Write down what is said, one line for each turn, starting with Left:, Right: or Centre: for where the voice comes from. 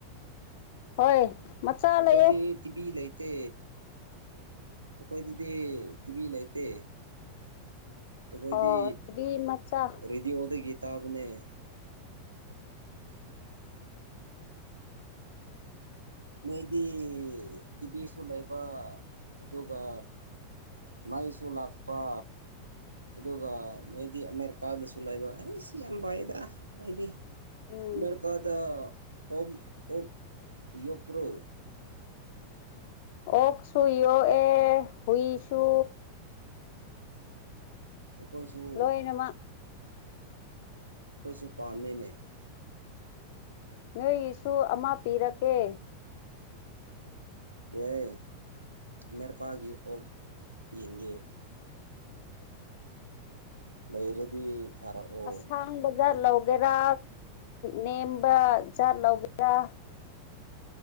Left: ꯍꯣꯏ ꯃꯆꯥ
Right: ꯑꯩꯈꯣꯏꯗꯤ
Left: ꯂꯩꯌꯦ
Right: ꯇꯤꯕꯤ ꯂꯩ ꯠꯇꯦ ꯑꯩꯈꯣꯏꯗꯗꯤ ꯇꯤꯚ ꯂꯩꯇꯦ ꯑꯩꯈꯣꯏꯗꯤ
Left: ꯑꯣ ꯇꯤꯚꯤ ꯃꯆꯥ
Right: ꯔꯦꯗꯤꯑꯣꯗꯒꯤ ꯇꯥꯕꯅꯦ ꯅꯣꯏꯗꯤ ꯇꯤꯚꯤꯁꯨ ꯂꯩꯕ ꯑꯗꯨꯒ ꯃꯩꯁꯨ ꯂꯥꯛꯄ ꯑꯗꯨꯒ ꯅꯣꯏꯗꯤ ꯑꯃꯦꯔꯤꯀꯥꯗꯁꯨ ꯂꯩꯕ ꯑꯩ ꯁꯤ ꯌꯥꯝ ꯚꯏꯥꯏꯗ ꯅꯣꯏꯗꯤ
Left: ꯎꯝ
Right: ꯑꯃꯦꯔꯤꯀꯥꯗ ꯑꯣꯛ ꯑꯣꯛ ꯌꯣꯄ꯭ꯔꯣ
Left: ꯑꯣꯁꯨꯨ ꯌꯣ ꯑꯦ ꯍꯨꯏꯁꯨ
Right: ꯑꯩꯈꯣꯏꯁꯨ
Left: ꯂꯣꯏꯅꯃꯛ
Right: ꯄꯁꯨꯄꯥꯝꯦꯅꯦ
Left: ꯅꯣꯏꯁꯨ ꯑꯃ ꯄꯤꯔꯛꯀꯦ
Right: ꯑꯦꯏ ꯃꯦꯔꯤꯀꯥꯒꯤ ꯑꯣꯛ ꯌꯦꯡꯉꯦ ꯂꯩꯔꯗꯤ ꯊꯥꯔꯛꯑꯣ
Left: ꯑꯁꯥꯡꯕꯖꯥ ꯂ ꯒꯦꯔꯥ ꯅꯦꯝꯕ ꯖꯥꯠ ꯂꯧꯒꯦꯔꯥ